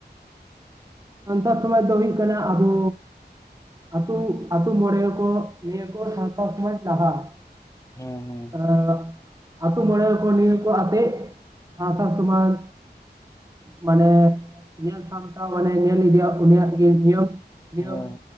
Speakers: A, on the right (about 20°); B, on the left (about 20°).
A: ᱥᱟᱱᱛᱟᱲ ᱥᱚᱢᱟᱡᱽ ᱫᱚ ᱦᱩᱭᱩᱜ ᱠᱟᱱᱟ ᱟᱵᱚ ᱟᱹᱛᱩ ᱟᱛᱳ ᱢᱚᱬᱮ ᱠᱚ ᱱᱤᱭᱟᱹ ᱠᱚ ᱥᱟᱸᱣᱛᱟ ᱥᱚᱢᱟᱡᱽ ᱞᱟᱦᱟᱜ
B: ᱦᱮᱸ ᱦᱮᱸ,
A: ᱟ ᱟᱛᱳ ᱢᱚᱬᱮ ᱠᱚ ᱱᱤᱭᱟᱹ ᱠᱚ ᱟᱛᱮᱜ ᱥᱟᱸᱣᱛᱟ ᱥᱚᱢᱟᱡᱽ ᱢᱟᱱᱮ ᱧᱮᱞ ᱥᱟᱢᱴᱟᱣ ᱢᱟᱱᱮ ᱧᱮᱞ ᱤᱫᱤᱭᱟ ᱩᱱᱤᱭᱟᱜ ᱜᱮ ᱱᱤᱭᱚᱢ
B: ᱦᱮᱸ
A: ᱱᱤᱭᱚᱢ,